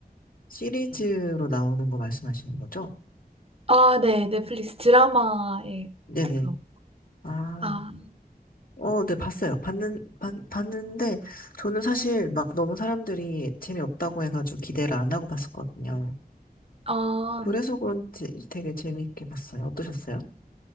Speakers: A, on the left; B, on the right.
A: 시리즈로 나오는 거 말씀하시는 거죠?
B: 아 네. 넷플릭스 드라마에
A: 네네.
B: 가까운
A: 아,
B: 아.
A: 어, 네, 봤어요. 봤는, 봤, 봤는데 저는 사실 막 너무 사람들이 재미없다고 해가지고 기대를 안 하고 봤었거든요.
B: 아.
A: 그래서 그런지 되게 재밌게 봤어요. 어떠셨어요?